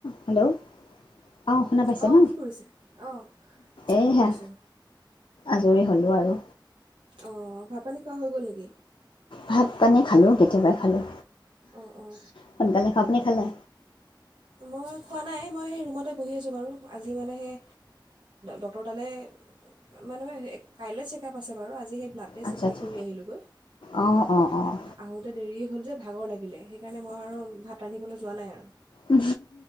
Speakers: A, on the left (about 75°); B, on the right (about 65°).
A: Hello অ শুনা পাইছে
B: অঁ
A: ন
B: কি কৰিছে অঁ
A: এই
B: শুনা
A: হ
B: পাইছোঁ
A: আজৰি হলে আৰু
B: অ ভাত পানী খোৱা হৈ গল নেকি
A: ভাত পানী খালো কেতিয়াবাই খালোঁ
B: অঁ অঁ
A: সোনকালে আপুনি খালে
B: মই খোৱা নাই মই সেই ৰুমতে বহি আছোঁ বাৰু আজি মানে সেই ডক্টৰ তালৈ মানে কাইলৈ চেকআপ আছে বাৰু আজি সেই ব্লাড তাতে
A: আচ্ছা
B: চেইবিলাক
A: আচ্ছা
B: কৰি আহিলো গৈ
A: অঁ অঁ অঁ
B: আহোতে দেৰি হয় য ভাগৰ লাগিলে সেইকাৰণে মই আৰু ভাত ৰান্ধিবলৈ যোৱা নাই আৰু
A: উ